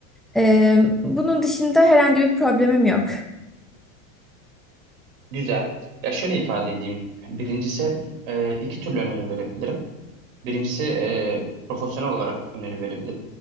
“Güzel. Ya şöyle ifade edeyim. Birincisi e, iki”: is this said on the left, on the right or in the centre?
Right